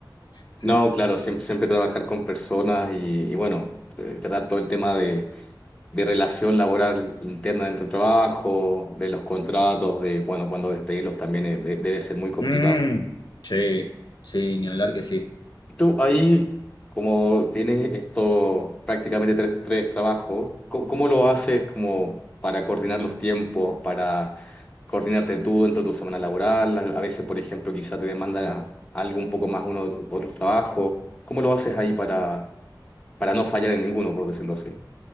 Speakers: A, on the left; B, on the left.
A: Sí.
B: No, claro, siem- siempre, trabajar con personas y, y bueno, eh, tratar todo el tema de, de relación laboral interna dentro del trabajo, de los contratos, de bueno, cuando despedirlos también eh, de- debe ser muy complicado.
A: Mm, sí, sí, ni hablar que sí.
B: Tú ahí, como tienes esto prácticamente tres, tres trabajos, ¿cómo, cómo lo haces como para coordinar los tiempos, para coordinarte tú dentro de tu semana laboral? A a veces, por ejemplo, quizá te demanda algo un poco más uno de tus otros trabajos. ¿Cómo lo haces ahí para, para no fallar en ninguno, por decirlo así?